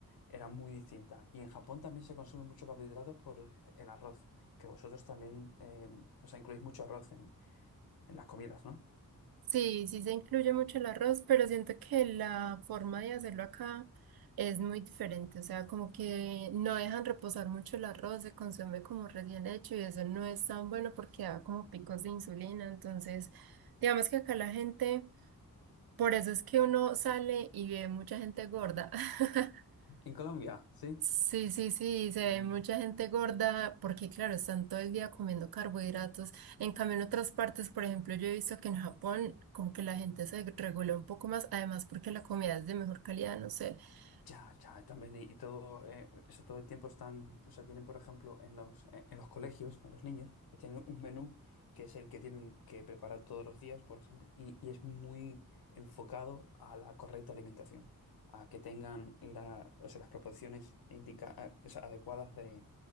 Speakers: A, on the left; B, on the right.
A: era muy distinta. Y en Japón también se consume mucho carbohidratos por el arroz, que vosotros también, eh, o sea, incluís mucho arroz en, en las comidas, ¿no?
B: Sí, sí se incluye mucho el arroz, pero siento que la forma de hacerlo acá es muy diferente. O sea, como que no dejan reposar mucho el arroz, se consume como recién hecho y eso no es tan bueno porque da como picos de insulina. Entonces, digamos que acá la gente, por eso es que uno sale y ve mucha gente gorda, <laughs>
A: En Colombia, sí.
B: Sí, sí, sí, se
A: Ah.
B: ve mucha gente gorda porque, claro, están todo el día comiendo carbohidratos. En cambio, en otras partes, por ejemplo, yo he visto que en Japón como que la gente se regula un poco más, además porque la comida es de mejor calidad, no sé. <laughs>
A: Ya, ya, también. Y, y todo, eh, eso todo el tiempo están, o sea, tienen, por ejemplo, en los, eh, en los colegios, a los niños, pues tienen un menú que es el que tienen que preparar todos los días, por ejemplo, y, y es muy enfocado a la correcta alimentación, a que tengan la, o sea, las proporciones indica, a- o sea, adecuadas de,